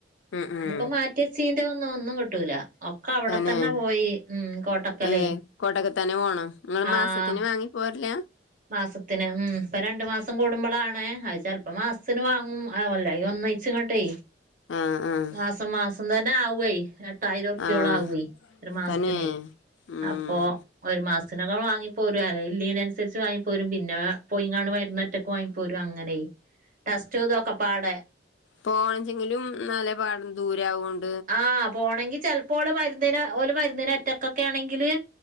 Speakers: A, on the left (about 85°); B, on the right (about 45°).
A: ഉം ഉം
B: ഇത്പ്പം മാറ്റി വെച്ചീന്റെതൊന്നും ഒന്നും കിട്ടൂല. ഒക്കെ അവിടെ
A: തന്നെ
B: പോയി ഉം കോട്ടക്കലേ
A: ഏഹ് കൊട്ടക്ക തന്നെ പോന്നൊ നിങ്ങള്
B: ആഹ്
A: മാസത്തിന് വാങ്ങി. പോര്‌ലാ
B: മാസത്തിന് ഉം ഇപ്പം രണ്ടു മാസം കൂടു. മ്പളാണ് അത് ചെലപ്പം മാസത്തിന് വാങ്ങും അല്ലെങ്കി ഒന്നിച്ച് ങ്ങട്ടെ
A: ആഹ് ആഹ്
B: മാസം മാസം തന്നെ ആവൊയ് എട്ടായിരം ർപ്യോള
A: ആഹ്
B: ആവോയ് ഒരു മാസത്തിന്
A: തന്നെ ഉം
B: അപ്പൊ. ഒരു മാസത്തിനൊകെ വാങ്ങിപ്പോരും ഒരു അനുസരിച്ച് വാങ്ങി പോരും പിന്നെ പോയിങ്ങാണ്ട് മരുന്നൊറ്റക്ക് വാങ്ങി പോരും അങ്ങനെ ടസ്റ്റുതും ഒക്കപാട
A: പോണെചങ്കിലും നല്ല പാഠം ദൂരവോണ്ട്
B: ആ പോണങ്കി ചിലപ്പോള് മരുന്നിന് ഒര് മരുന്നിന് ഒറ്റക്കൊക്കെ ആണെങ്കില്